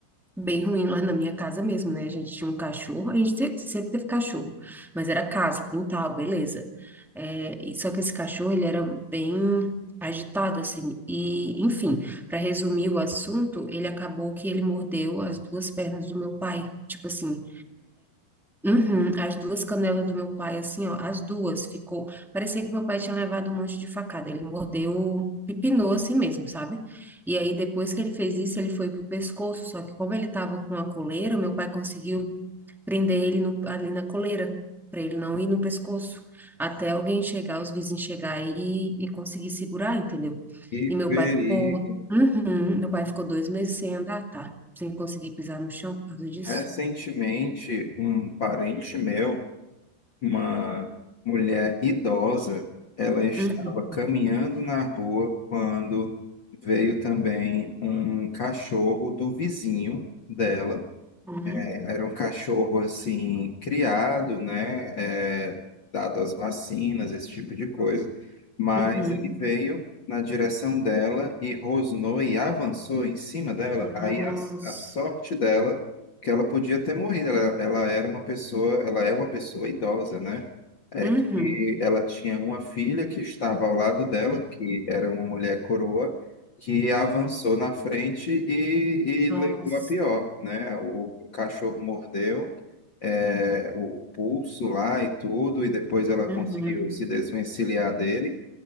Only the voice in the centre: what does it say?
bem ruim lá na minha casa mesmo, né? A gente tinha um cachorro, a gente te- sempre teve cachorro, mas era casa, quintal, beleza. É, e só que esse cachorro, ele era bem agitado, assim, e, enfim, para resumir o assunto, ele acabou que ele mordeu as duas pernas do meu pai, tipo assim, Uhum, as duas canelas do meu pai, assim, ó, as duas ficou. Parecia que meu pai tinha levado um monte de facada. Ele mordeu, pepinou assim mesmo, sabe? E aí, depois que ele fez isso, ele foi pro pescoço. Só que, como ele tava com a coleira, meu pai conseguiu prender ele no- ali na coleira, para ele não ir no pescoço. Até alguém chegar, os vizinhos chegar e, e conseguir segurar, entendeu?
E meu
pai ficou. Uhum, meu pai ficou dois meses sem andar, tá? Sem conseguir pisar no chão por causa disso.
Uhum.
Uhum.
Uhum.
Nossa.
Uhum.
Nossa.
Uhum.